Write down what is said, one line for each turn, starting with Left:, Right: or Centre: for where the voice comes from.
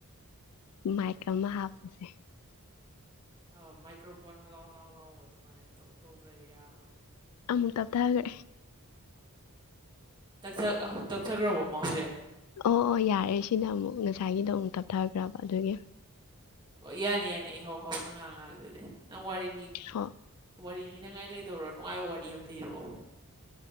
Left: ꯃꯥꯏꯛ ꯑꯃ ꯍꯥꯞꯄꯁꯦ
Right: ꯑ ꯃꯥꯏꯀ꯭ꯔꯥꯐꯣꯟ ꯍꯜꯂꯣ ꯍꯜꯂꯣ ꯂꯥꯎꯕꯗꯣ ꯑꯗꯨꯃꯥꯏꯅ ꯇꯧꯗ꯭ꯔꯗꯤ ꯌꯥꯔꯔꯣꯏ
Left: ꯑꯃꯨꯛ ꯇꯞꯊꯥꯈ꯭ꯔꯦ
Right: ꯇꯞꯊ ꯇꯞꯊꯈ꯭ꯔꯕꯣ ꯑꯃ ꯍꯧꯖꯤꯛ
Left: ꯑꯣ ꯑꯣ ꯌꯥꯔꯦ ꯁꯤꯅ ꯑꯃꯨꯛ ꯉꯁꯥꯏꯒꯤꯗ ꯑꯃꯨꯛ ꯊꯞꯊ ꯈ꯭ꯔꯕ ꯑꯗꯨꯒꯤ
Right: ꯑꯣ ꯌꯥꯅꯤ ꯌꯥꯅꯤ ꯑꯩ ꯍꯧ ꯍꯧꯅ ꯉꯥꯡ ꯉꯛꯑꯒꯦ ꯑꯗꯨꯗꯤ ꯅꯪ ꯋꯥꯔꯤ
Left: ꯍꯣ
Right: ꯋꯥꯔꯤ ꯂꯤ ꯍꯥꯏꯅꯉꯥꯏ ꯂꯩꯗꯧꯔꯣ ꯅꯨꯡꯉꯥꯏꯕ ꯋꯥꯔꯤ ꯑꯃ ꯂꯤꯔꯛꯑꯣ